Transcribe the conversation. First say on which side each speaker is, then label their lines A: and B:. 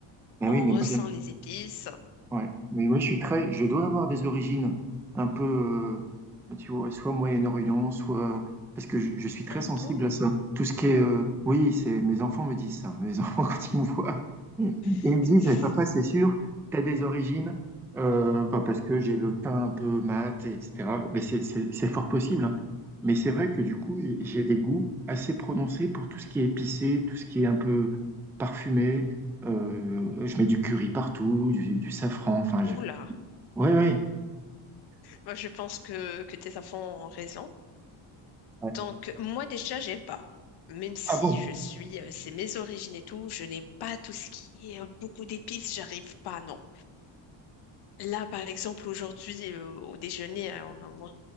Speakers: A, in the centre; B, on the left.
A: Ben
B: On
A: oui, mais
B: ressent
A: moi, j'aime.
B: les épices.
A: Ouais, mais moi je suis très, je dois avoir des origines un peu, euh, tu vois, soit Moyen-Orient, soit parce que je, je suis très
B: Ah
A: sensible
B: bon?
A: à ça. Tout ce qui est, euh, oui, c'est mes enfants me disent ça. Mes <laughs> enfants quand ils me voient, ils
B: <laughs>
A: me disent, eh, papa, c'est sûr, t'as des origines, euh, bah, parce que j'ai le teint un peu mat, etc. Mais c'est c'est- c'est fort possible. hein. Mais c'est vrai que du coup, j'ai des goûts assez prononcés pour tout ce qui est épicé, tout ce qui est un peu parfumé. Heu, je mets du curry partout, du du safran, enfin je
B: Oula.
A: ouais, ouais,
B: Moi, je pense que, que tes enfants ont raison.
A: ouais.
B: Donc, moi, déjà, j'aime pas. Même si
A: Ah bon?
B: je suis, euh, c'est mes origines et tout, je n'aime pas tout ce qui est euh, beaucoup d'épices, j'arrive pas, non. Là, par exemple, aujourd'hui, euh, au déjeuner, hein, on a mangé